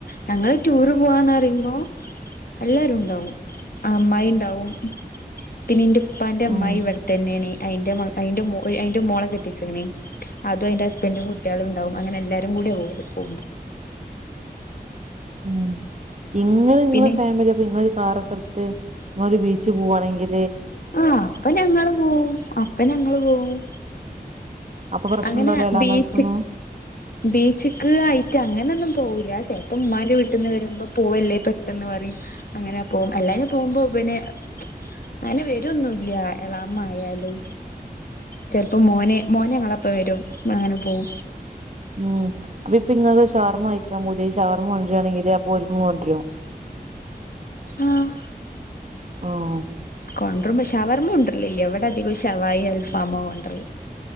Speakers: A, on the left; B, on the right.
A: ഞങ്ങള് ടൂറ് പോവാന്നറിയുമ്പോ എല്ലാരുണ്ടാവും അമ്മായിണ്ടാവും പിന്നെ ഇന്റെ ഇപ്പാന്റെ അമ്മായിവടെതന്നെണ്
B: ഉം
A: അയിന്റെ മൊ അയിന്റെമൊ അയിന്റെ മോളെ കെട്ടിച്ച്ക്ണ് അതും അയിന്റെ ഹസ്ബൻഡും കുട്ട്യോളുണ്ടാവും അങ്ങനെ എല്ലാരും കൂടി പോവല് പോ
B: ഉം. ഇങ്ങൾ ഇങ്ങളെ
A: പിന്നെ
B: ഫാമിലിയൊപ്പൊ ഇങ്ങളൊരു കാറൊക്കെടുത്ത് ങ്ങളൊരു ബീച്ച് പോവാണെങ്കിൽ
A: ആഹ് അപ്പഞങ്ങൾ പോവും അപ്പഞങ്ങള് പോവും
B: അപ്പൊ പ്രശ്നം
A: അങ്ങനെ
B: ഉണ്ടാവില്ല എളാമാർക്കൊന്നും
A: ബീച്ച്ക് ബീച്ച്ക്ക് ആയിട്ട് അങ്ങനെന്നും പോവുല ചെലപ്പമ്മാന്റെ വീട്ട്ന്ന് വരുമ്പം പോവല്ലേ പെട്ടെന്ന് പറിം. അങ്ങനെ പോവും അല്ലാഞ്ഞ പോവുമ്പോ വനെ അങ്ങനെ വരൊന്നുല്ല്യ എളാമായാലും ചെൽപ്പോ മോന് മോന് ഞങ്ങളപ്പം വരും അങ്ങനെ പോവും
B: ഉം അപ്പൊപ്പിങ്ങള് ഷവർമ്മ കയിക്കാൻ പൂതിആയി ഷവർമ്മ കൊണ്ട്രാണെങ്കില് അപ്പൊ ഓര്കും കൊണ്ട്രോ..
A: ആഹ്
B: ആം
A: കൊണ്ടർമ്പോ ശവർമ കൊണ്ടര്ലില്ല്യ വ്വടധികം ശവായി അൽഫാമോ കൊണ്ടർല്